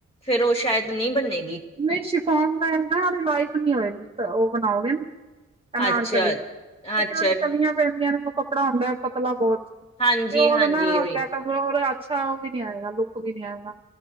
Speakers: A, on the left (about 20°); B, on the right (about 20°).
A: ਫੇਰ ਉਹ ਸ਼ਾਇਦ ਨਹੀਂ ਬਨੇਗੀ।
B: ਨਹੀਂ ਸ਼ਿਫੋਨ ਦਾ ਲਾਇਕ ਨੀ ਹੋਏਗੀ, ਤਾਂ ਉਹ ਬਣਾਓਗੇ ਨਾ ਅਨਾਰਕਲੀ,
A: ਅੱਛਾ
B: ਕਿਉਂਕਿ
A: ਅੱਛਾ
B: ਉਦੇ ਚ ਕਲੀਆਂ ਪੈਂਦੀਆਂ ਨੇ ਕੱਪੜਾ ਹੁੰਦਾ ਹੈ, ਪਤਲਾ ਬਹੁਤ
A: ਹਾਂਜੀ
B: ਤੇ ਉਹਦਾ
A: ਹਾਂਜੀ
B: ਨਾ
A: ਉਹੀ
B: ਗੈਟਪ ਹੋਰ ਐ ਅਛਾ ਉਹ ਵੀ ਨੀ ਆਏਗਾ, ਲੁੱਕ ਵੀ ਨੀ ਆਏਗਾ।